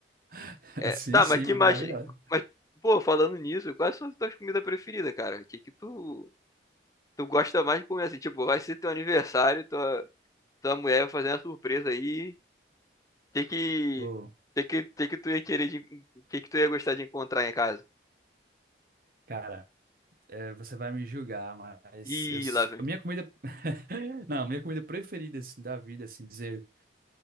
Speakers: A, on the right; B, on the left.
A: <laughs>
B: É,
A: Sim,
B: tá,
A: sim,
B: mas Sim, que
A: maravilhosa.
B: sim, mais, cara. mas pô, falando nisso, quais são as tuas comidas preferidas, cara? O que que tu tu gosta mais de comer assim? Tipo, vai ser teu aniversário, tua tua mulher vai fazer uma surpresa aí. o Que que
A: Pô,
B: que que que que tu ia querer de, que que tu ia gostar de encontrar em casa?
A: cara. É, você vai me julgar, mas
B: Ih,
A: eu, s-
B: lá vem.
A: a minha comida. <laughs> Não, a minha comida preferida, assim, da vida, assim, dizer.